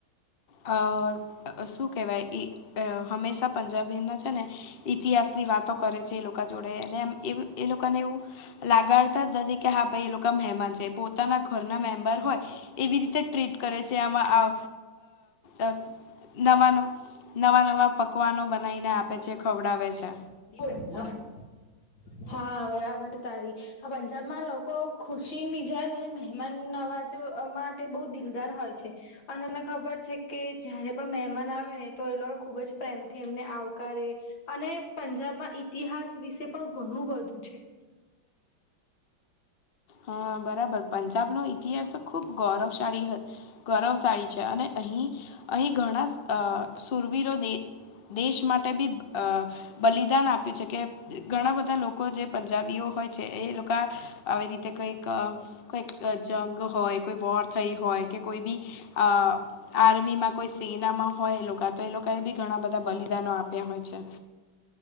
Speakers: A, on the left; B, on the left.
A: અ શું કહેવાય ઈ અ હંમેશા પંજાબીમાં છે ને ઇતિહાસની વાતો કરે છે એ લોકો કા જોડે એમને એમ એવું લોકોને એવું લાગાડતા જ નથી કે હા ભાઈ એ લોકો મહેમાન છે પોતાના ઘરના મેમ્બર હોય એવી રીતે જ ટ્રીટ કરે છે આમાં આ આ <unintelligible> નવા નવા પકવાનો બનાવીને આપે છે ખવડાવે છે.
B: <unintelligible> હા બરાબર તારી હા પંજાબમાં લોકો ખુશી મિજાજ અને મહેમાન નવાજવામાં તે બહુ દિલદાર હોય છે અનીલને ખબર છે કે જયારે પણ મહેમાન આવે ને તો એ લોકો ખૂબ જ પ્રેમથી એમને આવકારે અને પંજાબમાં ઈતિહાસ વિશે પણ ઘણું બધું છે.
A: હા બરાબર પંજાબનો ઇતિહાસ તો ખૂબ ગૌરવશાળી હ ગૌરવશાળી છે અને અહીં અહીં ઘણા અ શુરવીરો દે દેશ માટે બી અ બલિદાન આપ્યું છે કે ઘણા બધા લોકો જે પંજાબીઓ હોય છે એ લોકા આવી રીતે કંઈક કોઈક જંગ હોય કોઈ વોર થઈ હોય કે કોઈ બી અ આર્મીમાં કોઈ સેનામાં હોય એ લોકા તો એ લોકો એ બી ઘણા બધા બલિદાનો આપ્યા હોય છે.